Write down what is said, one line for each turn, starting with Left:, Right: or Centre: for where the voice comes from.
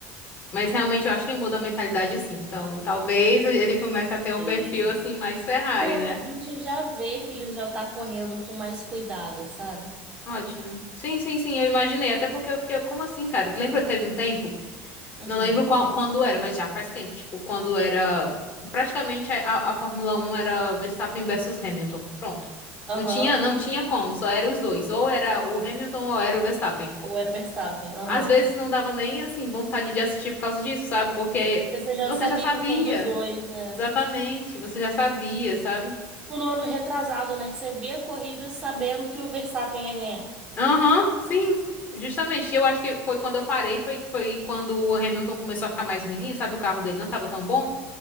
Left: Mas realmente eu acho que muda a mentalidade sim. Então, talvez ele comece a ter um
Right: assim.
Left: perfil assim mais Ferrari,
Right: Não,
Left: né?
Right: a gente já vê que ele já tá correndo com mais cuidado, sabe?
Left: Ótimo. Sim, sim, sim, eu imaginei. Até porque eu fiquei, como assim, cara? Lembra, teve um tempo,
Right: Uhum.
Left: não lembro qual, quando era, mas já faz tempo. Tipo, quando era. Praticamente a, a a Fórmula Um era Verstappen versus Hamilton. Pronto.
Right: Aham.
Left: Não tinha, não tinha como, só era os dois. Ou era o Hamilton ou era o Verstappen.
Right: Ou era o Verstappen, aham.
Left: Às vezes não dava nem, assim, vontade de assistir por causa disso, sabe? Porque
Right: Porque você já
Left: você
Right: sabia
Left: já sabia.
Right: que são dos dois, né?
Left: Exatamente, você já sabia, sabe?
Right: Tipo, No ano retrasado, né? Que você vê a corrida sabendo que o Verstappen ia ganhar.
Left: Aham, sim, justamente. Eu acho que foi quando eu parei, foi, foi quando o Hamilton começou a ficar mais ruinzinho, sabe? O carro dele não tava tão bom.